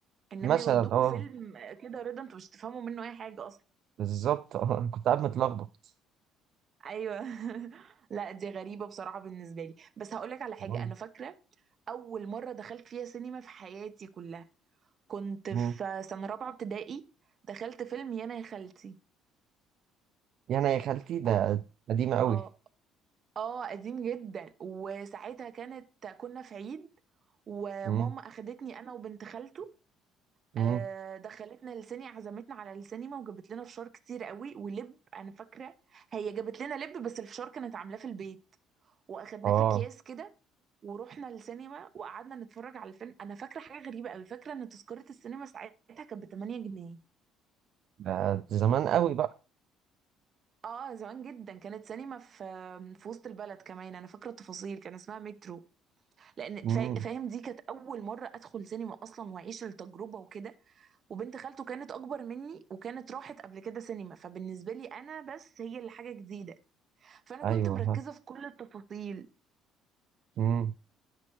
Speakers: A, on the right; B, on the right.
A: انما
B: مثلا
A: يودوكوا
B: اه
A: فيلم كده رضا انتوا مش تفهموا منه اي حاجه اصلا
B: بالظبط اه أنا كنت قاعد متلخبط
A: ايوه <laughs> لا دي غريبه بصراحه بالنسبه لي بس هقول لك على حاجه
B: والله.
A: انا فاكره اول مره دخلت فيها سينما في حياتي كلها كنت في
B: مم.
A: سنه رابعه ابتدائي دخلت فيلم يانا يا خالتي
B: يعني يا خالتي ده
A: كنت
B: قديمة أوي
A: اه اه قديم جدا وساعتها كانت كنا في عيد وماما
B: مم.
A: اخدتني انا وبنت خالته
B: مم.
A: آه، دخلتنا للسينما عزمتنا على السينما وجابت لنا فشار كتير قوي ولب انا فاكره هي جابت لنا لب بس الفشار كانت عاملاه في البيت واخدناه
B: اه
A: في اكياس كده ورحنا للسينما وقعدنا نتفرج على الفيلم انا فاكره حاجه غريبه قوي فاكره ان تذكره السينما ساعتها كانت ب 8 جنيه
B: ده زمان أوي بقى
A: اه زمان جدا كانت سينما في في وسط البلد كمان انا فاكره التفاصيل كان اسمها مترو لان
B: مم.
A: فا- فاهم دي كانت اول مره ادخل سينما اصلا واعيش التجربه وكده وبنت خالته كانت اكبر مني وكانت راحت قبل كده سينما فبالنسبه لي انا بس هي اللي حاجه جديده فانا كنت
B: أيوه
A: مركزه
B: ها
A: في كل التفاصيل
B: مم.